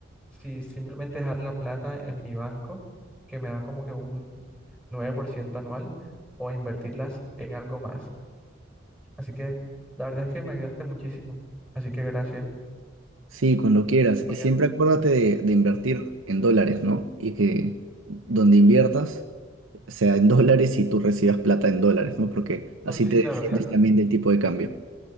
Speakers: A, in the centre; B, on the right.
A: si simplemente dejar la plata en mi banco, que me da como que un 9% anual, o invertirlas en algo más. Así que, la verdad es que me ayudaste muchísimo. Así que gracias.
B: Sí, cuando quieras.
A: Oye,
B: Y siempre acuérdate de, de invertir en dólares, ¿no? Y que donde inviertas sea en dólares y tú recibas plata en dólares, ¿no? Porque
A: no,
B: así
A: sí,
B: te
A: claro,
B: defiendes
A: claro.
B: también del tipo de cambio.